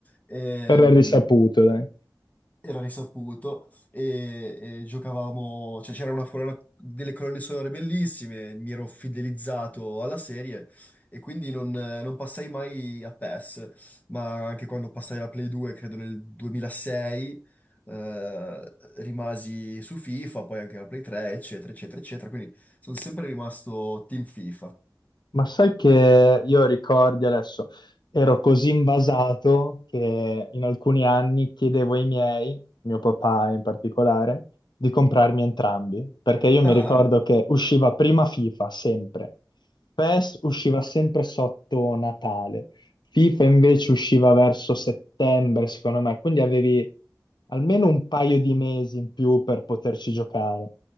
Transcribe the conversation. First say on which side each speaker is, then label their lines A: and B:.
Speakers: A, on the left (about 20°); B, on the left (about 80°).
A: Ehm,
B: Era risaputo, dai.
A: era risaputo e, e giocavamo, cioè c'era una colonna, delle colonne sonore bellissime, mi ero fidelizzato alla serie e quindi non, non passai mai a PES, ma anche quando passai alla Play 2, credo nel 2006, eh, rimasi su FIFA, poi anche la Play 3, eccetera, eccetera, eccetera, quindi sono sempre rimasto team FIFA.
B: Ma sai che io ricordi adesso, ero così invasato che in alcuni anni chiedevo ai miei, mio papà in particolare, di comprarmi entrambi, perché io
A: Ah,
B: mi ricordo che usciva prima FIFA, sempre. PES usciva sempre sotto Natale. FIFA invece usciva verso settembre, secondo me, quindi avevi almeno un paio di mesi in più per poterci giocare.